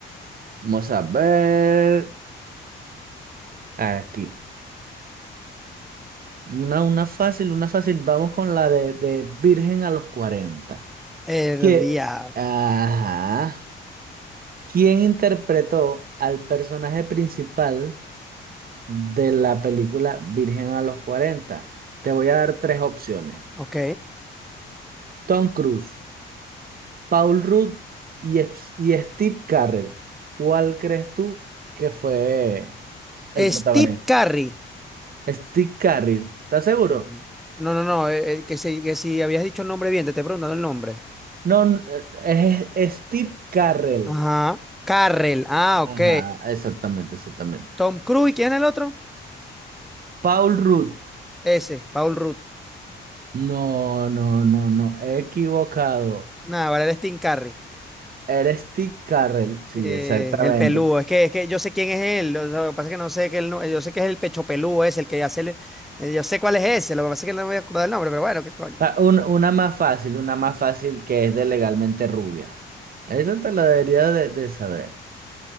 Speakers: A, on the right; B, in the centre.
A: Vamos a ver aquí. Una, una fácil, una fácil. Vamos con la de, de Virgen a los cuarenta
B: El
A: que,
B: diablo.
A: ajá, ¿quién interpretó al personaje principal de la película Virgen a los cuarenta Te voy a dar tres opciones.
B: Ok.
A: Tom Cruise, Paul Rudd y, Es- y Steve Carell. ¿Cuál crees tú que fue el protagonista?
B: Steve Curry.
A: Steve Carell, ¿estás seguro?
B: Mm. No, no, no. eh, eh, que, si, que si habías dicho el nombre bien, te estoy preguntando el nombre.
A: No, n- eh, es, es Steve Carell.
B: Ajá. Carrell. Ah,
A: Ajá,
B: ok.
A: exactamente, exactamente.
B: Tom Cruise. ¿y ¿Quién es el otro?
A: Paul Rudd.
B: Ese, Paul Rudd.
A: No, no, no, no, he equivocado.
B: Nada, vale, el Steve Curry.
A: Eres Steve Carrell. Sí,
B: Eh,
A: exactamente.
B: el peludo. Es que, es que yo sé quién es él. Lo, lo que pasa es que no sé que él no- yo sé que es el pecho peludo ese, el que hace. el- eh, Yo sé cuál es ese. Lo que pasa es que no me voy a acordar el nombre, pero bueno, qué coño.
A: Ah, un- una más fácil, una más fácil que es de Legalmente Rubia. Eso te lo debería de, de saber.